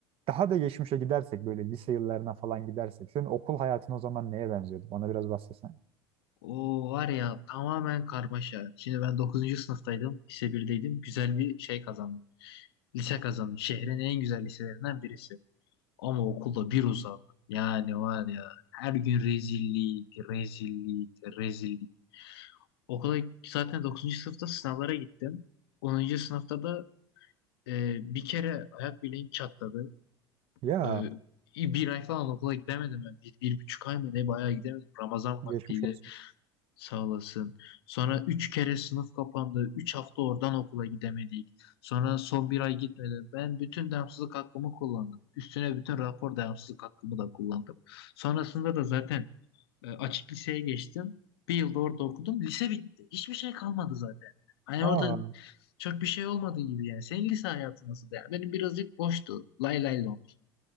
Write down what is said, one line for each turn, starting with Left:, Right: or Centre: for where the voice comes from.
Right: Daha da geçmişe gidersek böyle lise yıllarına falan gidersek senin okul hayatın o zaman neye benziyordu? Bana biraz bahsetsene.
Left: O var ya tamamen karmaşa. Şimdi ben dokuzuncu sınıftaydım. Lise 1'deydim. Güzel bir şey kazandım. Lise kazandım. Şehrin en güzel liselerinden birisi. Ama okulda bir uzak. Yani var ya her gün rezillik, rezillik, rezillik. Okula zaten dokuzuncu sınıfta sınavlara gittim. Onuncu sınıfta da e, bir kere ayak bileğim çatladı.
Right: Ya
Left: E, bir ay falan okula gidemedim ben. Bir, bir buçuk ay mı ne bayağı gidemedim. Ramazan
Right: geçmiş
Left: vaktiydi.
Right: olsun.
Left: Sağ olasın. Sonra üç kere sınıf kapandı. Üç hafta oradan okula gidemedik. Sonra son bir ay gitmedim. Ben bütün devamsızlık hakkımı kullandım. Üstüne bütün rapor devamsızlık hakkımı da kullandım. Sonrasında da zaten e, açık liseye geçtim. Bir yılda orada okudum. Lise bitti. Hiçbir şey kalmadı zaten. Hani
Right: Aa
Left: orada çok bir şey olmadığı gibi yani. Senin lise hayatı nasıl der? Benim birazcık boştu. Lay lay lom.